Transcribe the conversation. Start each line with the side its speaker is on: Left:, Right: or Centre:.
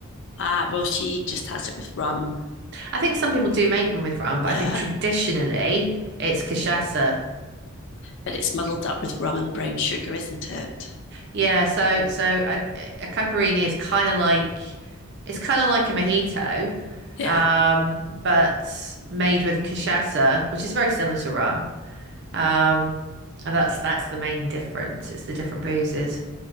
Left: ah, well, she just has it with rum.
Right: I think some people do make them with rum, but
Left: Yeah.
Right: I think traditionally it's cachaça.
Left: But it's muddled up with rum and brown sugar, isn't it?
Right: Yeah, so so a, a caipirinha is kind of like it's kind of like a mojito,
Left: Yeah.
Right: um, but made with cachaça, which is very similar to rum. Um, and that's that's the main difference. It's the different boozes.